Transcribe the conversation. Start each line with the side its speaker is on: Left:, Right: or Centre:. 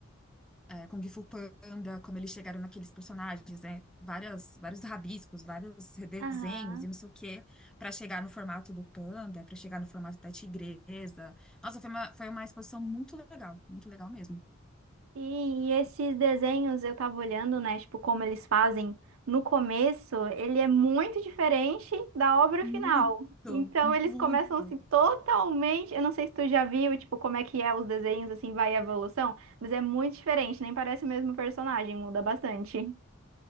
Centre: é, Kung Fu Panda, como eles chegaram naqueles personagens, né, várias, vários rabiscos, vários redesenhos
Right: Aham.
Centre: e não sei o quê, para chegar no formato do panda, para chegar no formato da tigresa. Nossa, foi uma, foi uma exposição muito legal, muito legal mesmo.
Right: Sim, e esses desenhos eu tava olhando, né, tipo, como eles fazem no começo, ele é muito diferente da obra
Centre: Muito,
Right: final. Então eles
Centre: muito.
Right: começam assim totalmente, eu não sei se tu já viu, tipo, como é que é os desenhos assim, vai a evolução, mas é muito diferente, nem parece o mesmo personagem, muda bastante.